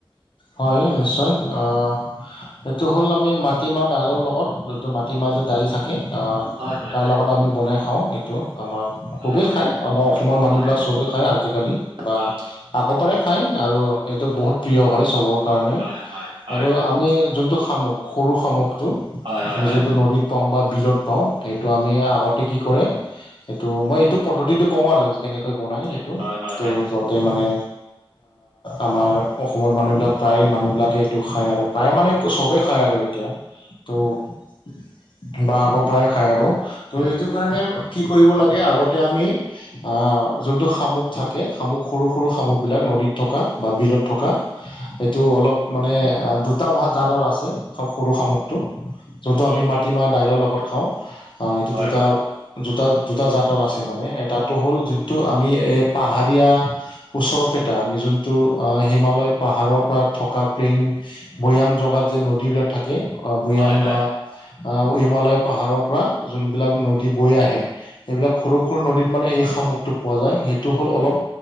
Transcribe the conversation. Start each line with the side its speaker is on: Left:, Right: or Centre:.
Left: হয় নিশ্চয়, অহ'- এইটো হ'ল আমি মাটিমাহ ডালৰ লগত যোনটো মাটি মাহ যে দাইল থাকে। আহ'
Right: হয় হয়
Left: তাৰ
Right: হয়
Left: লগত আমি বনাই খাওঁ এইটো আমাৰ
Right: হয়
Left: খুবেই
Right: হয়
Left: খায়, আমাৰ অসমৰ মানুহবিলাক
Right: হয়
Left: চবেই খায় আজিকালি বা-
Right: হয়
Left: আগৰ পৰাই খায় আৰু এইটো বহুত প্ৰিয় হয় চবৰ কাৰণে
Right: হয় হয় হয় হয়
Left: আৰু- আমি যোনটো শামুক সৰু শামুকটো
Right: হয়
Left: আমি
Right: হয়
Left: যোনটো নদীত পাওঁ বা বিলত পাওঁ সেইটো আমি আগতে কি কৰে এইটো মই এইটো পদ্ধতিটো কওঁ আৰু কেনেকৈ বনায়
Right: হয়
Left: সেটো
Right: হয় হয় হয় হয়
Left: ত' য'তে মানে আমাৰ অসমৰ মানুহবিলাক প্ৰায় মানুহবিলাকে এইটো খায় আৰু, প্ৰায় মানে চবেই খায় আৰু এতিয়া। ত' বা আগৰ পৰাই খাই আৰু ত' এইটো কাৰণে কি কৰিব লাগে আগতে আমি আঁহ যোনটো শামুক থাকে শামুক সৰু সৰু শামুক বিলাক নদীত থকা বা বিলত থ কা সেইটো অলপ মানে খঁ দুটা ভা জাতৰ আছে সৰু শামুকটো যোনটো
Right: হয়
Left: আমি মাটিমাহ দাইলৰ লগত খাওঁ অঁ এইটো দুটা
Right: হয় হয় হয় হয় হয়
Left: দুটা দুটা জাতৰ আছে মানে এটাটো হ'ল যোনটো আমি এই পাহাৰীয়া ওচৰ কেইটা আমি যোনটো আ' হিমালয় পাহাৰৰ পৰা থকা প্লেইন ভৈয়াম জগাত যে নদীবলাক থাকে অ'
Right: হয়
Left: ভৈয়াম বা আহ' হিমালয় পাহাৰৰ পৰা যোনবিলাক নদী বৈ আহে সেইবিলাক সৰু সৰু নদীত মানে এই শামুকটো পোৱা যায়, সেইটো হ'ল অলপ